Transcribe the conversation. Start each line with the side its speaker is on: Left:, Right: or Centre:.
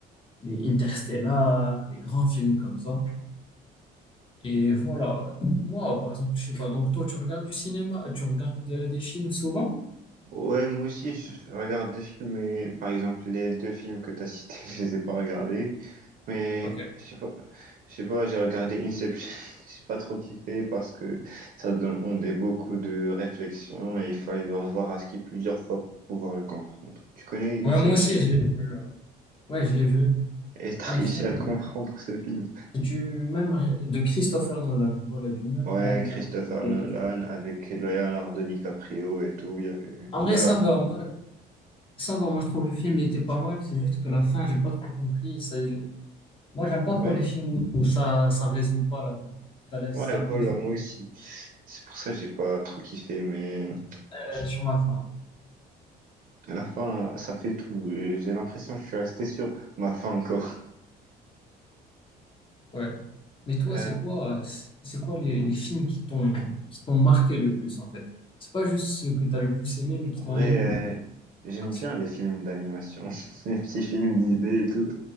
Left: les Interstellar, les grands films comme ça. Et voilà. Donc moi, par exemple, je sais pas. Donc toi, tu regardes du cinéma, euh, tu regardes de- des films souvent?
Right: Ouais, moi aussi, je regarde des films, mais par exemple, les deux films que t'as cités, <laughs> je les ai pas regardés. Mais
Left: Ok.
Right: je sais pas, je sais pas, j'ai regardé Inception, <laughs> j'ai pas trop kiffé parce que ça demandait beaucoup de réflexion et il fallait le revoir à ski plusieurs fois pour pouvoir le comprendre. Tu connais Inception?
Left: Ouais, moi aussi, je l'ai vu. Ouais, je l'ai vu.
Right: Et t'as
Left: C'est
Right: réussi
Left: un film.
Right: à le comprendre, ce film.
Left: du même ré- de Christopher Nolan, voilà, du même
Right: Ouais,
Left: réalisateur.
Right: Christopher
Left: que-
Right: Nolan avec Leonardo DiCaprio et tout, il y avait
Left: En
Right: une
Left: vrai,
Right: belle
Left: ça
Right: affiche.
Left: va, moi, ça va, moi je trouve le film il était pas mal, c'est juste que la fin, j'ai pas trop compris. Ça, moi, j'aime pas
Right: Ouais.
Left: trop les films où, où ça, ça résout pas la fin. Ça laisse
Right: Ouais,
Left: un
Right: voilà,
Left: peu une
Right: moi aussi. C'est pour ça que j'ai pas trop kiffé, mais je-
Left: fin sur la fin.
Right: à la fin, ça fait tout. J'ai l'impression que je suis resté sur ma fin encore.
Left: Ouais. Mais toi,
Right: Euh,
Left: c'est quoi, euh, c'est c'est quoi les, les films qui t'ont qui t'ont marqué le plus en fait? C'est pas juste ceux que t'as le plus aimé, mais qui
Right: en
Left: t'ont
Right: vrai,
Left: les qui t'ont
Right: euh, j'aime
Left: marqué
Right: bien
Left: sur
Right: les films d'animation, <laughs> les petits films Disney et tout.